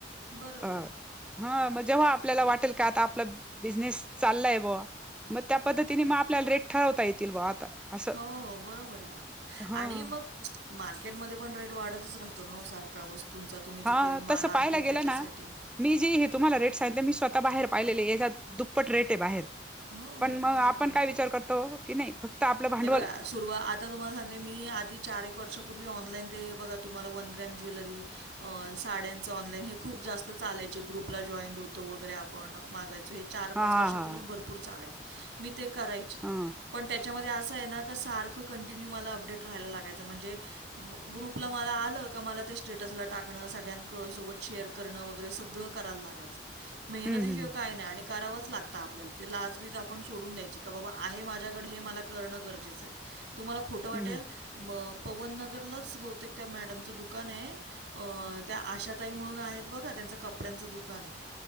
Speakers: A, on the right; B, in the centre.
A: बरोबर
B: अ
A: आहे.
B: हा मग जेव्हा आपल्याला वाटेल का आता आपला बिझनेस चाललाय बुवा मग त्या पद्धतीने मग आपल्याला रेट ठरवता येतील बुवा आता असं
A: हो, हो, बरोबर आहे ना.
B: हं.
A: आणि मग मार्केटमध्ये पण रेट वाढतच राहतो ना वो सारख वस्तूंचा तुम्ही जो
B: हा
A: काही माला
B: तसं
A: आणताय
B: पाहायला
A: त्याच्यासाठी.
B: गेलं ना मी जे हे तुम्हाला रेट सांगते मी स्वतः बाहेर पाहिलेले याच्या दुप्पट रेट हे बाहेर.
A: हो,
B: पण मग
A: महाग
B: आपण
A: मिळतात.
B: काय विचार करतो की नाही फक्त आपलं भांडवल
A: हे बघा सुरुव आता तुम्हाला सांगते मी आधी चार एक वर्षापूर्वी ऑनलाईन ते बघा तुम्हाला वन ग्रॅम ज्वेलरी अ साड्यांच ऑनलाईन हे खूप जास्त चालायचे ग्रुपला जॉईंड होतो वगैरे आपण, मागायचो हे चार पाच
B: हा
A: वर्षापूर्वी
B: हा हा
A: भरपूर चालायचं मी ते करायची,
B: हा
A: पण त्याच्यामध्ये असं आहे ना का सारखं कंटिन्यू मला अपडेट राहायला लागायचं म्हणजे ग्रुपला मला आलं का मला ते स्टेटसला टाकणं सगळ्यां सोबत शेअर करण वगैरे सगळ कराय लागायच, मेहनती
B: हम्म हम्म
A: शिवाय काय नाही आणि करावच लागत आपल्याला ते. लाज बिज आपण सोडून द्यायची, बाबा आहे माझ्याकडे हे मला करण गरजेच आहे. तुम्हाला खोट वाटेल?
B: हम्म
A: मग पवन नगरलाच बहुतेक त्या मॅडमचं दुकान आहे. अ त्या आशाताई म्हणून आहेत बघा, त्यांचं कपड्यांचं दुकान आहे.